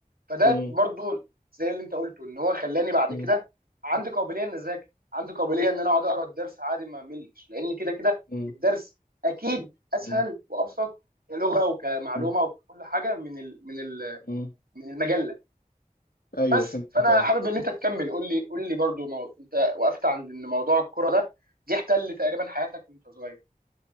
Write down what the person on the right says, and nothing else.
فده
برضو زي اللي انت قلته ان هو خلاني بعد
كده عندي قابليه ان اذاكر عندي قابليه ان انا اقعد اقرا الدرس عادي ما املش لان كده كده
الدرس اكيد اسهل
وابسط كلغه وكمعلومه
وكل حاجه من ال من ال
من المجله
بس
فانا
حابب ان انت تكمل قول لي قول لي برضو مو... انت وقفت عند ان موضوع الكوره ده دي احتل تقريبا حياتك وانت صغير